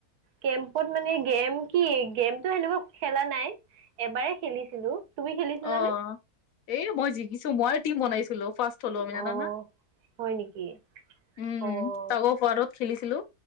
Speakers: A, on the right (about 85°); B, on the left (about 70°).
A: কেম্পত মানে গেম কি গেমটো সেনকা খেলা নাই, এবাৰেই খেলিছিলো। তুমি খেলিছিলানে
B: অ', এই মই জিকিছো মই টিম বনাইছিলো ফাৰ্ষ্ট থলোমিনাতা
A: অ',
B: না,
A: হয় নেকি?
B: উম
A: অ',
B: তাকৌ ফওৱাৰত খেলিছিলো।